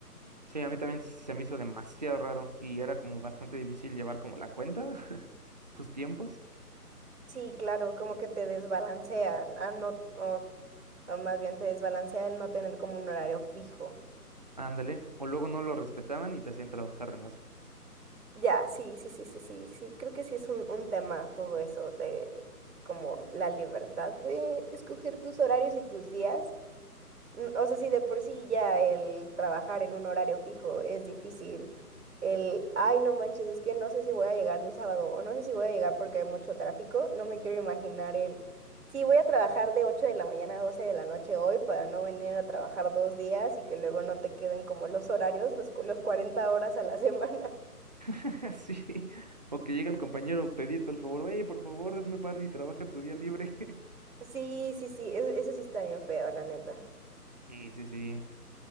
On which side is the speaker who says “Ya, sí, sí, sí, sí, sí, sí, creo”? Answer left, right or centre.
Right